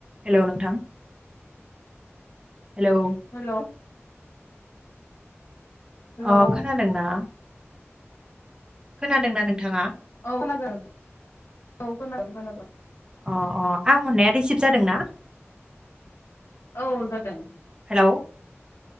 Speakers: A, on the right; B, on the left.
A: Hello नोंथां hello
B: hello hello
A: अ खोनादोंना? खोनादोंना नोंथाङा?
B: औ खोनादों औ खोनादों खोनादों।
A: अ अ आं हरनाया रिसिभ जादोंना?
B: औ जादों।
A: औ